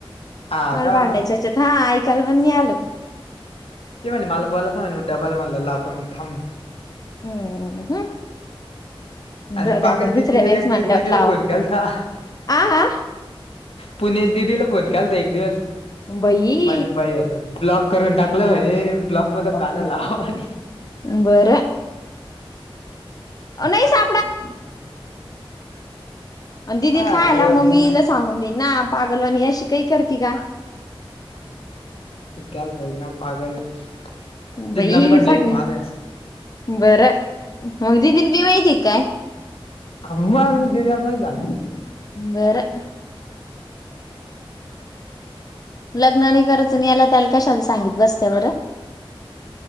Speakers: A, on the left; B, on the left.
A: हा
B: मला
A: का
B: भांडायच्या हेच्यात हा ऐकायला पण नाही आलं.
A: ते म्हणली मला बोलायचं म्हणली, मग डबल म्हणलो लावतो मग थांब.
B: ह हम.
A: अशी
B: जाऊ द्या,
A: पागल
B: आता दुसऱ्या
A: तिनं
B: वेळेस
A: एक
B: म्हटल्यावर
A: दिवस दिदीला
B: लावा
A: फोन केलता
B: आ हा.
A: पुणेस दिदीला फोन केलता? एक दिवस.
B: बई!
A: म्हणे बाई ब्लॉक करून टाकलं
B: <unintelligible>
A: म्हणे ब्लॉक मधून काढायला लावा म्हणे
B: बरं. नाही सा
A: <unintelligible>
B: आणि दिदिला
A: काय हरलं
B: सांग ना मम्मीला सांगून देईन ना, पागलवानी अशी का ही करते का?
A: ते कळायला पाहिजे ना, पागल ये. ति
B: बाई
A: नंबर
B: सागे
A: गेली मागायच.
B: बरं मग दिदिला बी माहितीय काय?
A: अन मग दिदीला माहित झालं.
B: बरं. लग्न नाही करायच, अन याला त्याला कशाला सांगित बसत्या बरं.